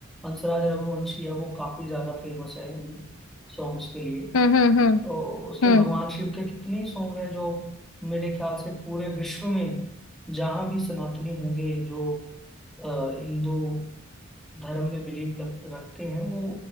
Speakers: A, in the centre; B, on the left.
A: हंसराज रघुवंशी है वो काफी ज्यादा फेमस है इन सॉन्ग्स के लिए
B: हम्म हम्म हम्म
A: तो उसके
B: हम्म,
A: भगवान शिव के कितने ही सॉन्ग हैं जो मेरे ख्याल से पूरे विश्व में जहाँ भी सनातनी होंगे जो अ, हिंदू धर्म में बिलीव रखते हैं वो